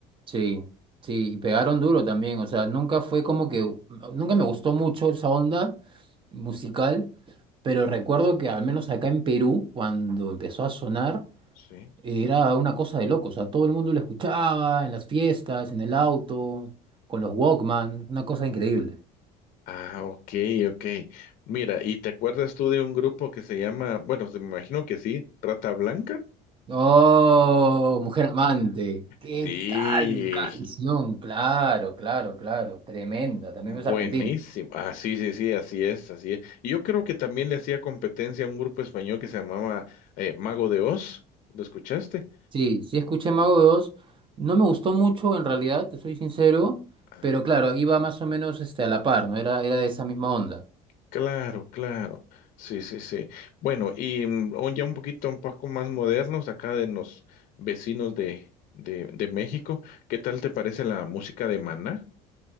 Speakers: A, on the right (about 30°); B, on the left (about 55°).
A: Sí, sí, y pegaron duro también, o sea, nunca fue como que, nunca me gustó mucho esa onda musical, pero recuerdo que al menos acá en Perú, cuando empezó a sonar,
B: Sí.
A: era una cosa de loco, o sea, todo el mundo lo escuchaba en las fiestas, en el auto, con los Walkman, una cosa increíble.
B: Ah, ok, ok. Mira, ¿y te acuerdas tú de un grupo que se llama, bueno, se- me imagino que sí, Rata Blanca?
A: Oh, Mujer Amante, ¿qué
B: Sí.
A: tal canción? Claro, claro, claro, tremenda, también
B: Buenísimo.
A: es argentina.
B: Ah, sí, sí, sí, así es, así es. Y yo creo que también le hacía competencia a un grupo español que se llamaba eh, Mago de Oz. ¿Lo escuchaste?
A: Sí, sí escuché Mago de Oz. No me gustó mucho en realidad, te soy sincero,
B: Ah,
A: pero claro, iba más o menos este, a la par, ¿no? Era, era de esa misma onda.
B: claro, claro. Sí, sí, sí. Bueno, y mm, un- ya un poquito, un poco más modernos, acá de los vecinos de, de, de México. ¿Qué tal te parece la música de Maná?